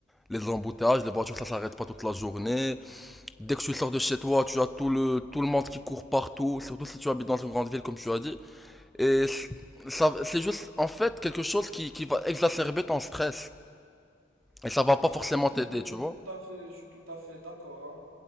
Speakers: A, in the centre; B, on the right.
A: les embouteillages, les voitures, ça s'arrête pas toute la journée. Dès que tu sors de chez toi, tu as tout le, tout le monde qui court partout, surtout si tu habites dans une grande ville, comme tu as dit. Et ça, c'est juste, en fait, quelque chose qui, qui va exacerber ton stress. Et ça va pas forcément
B: mais je
A: t'aider, tu
B: suis
A: vois.
B: tout à fait, je suis tout à fait d'accord, hein.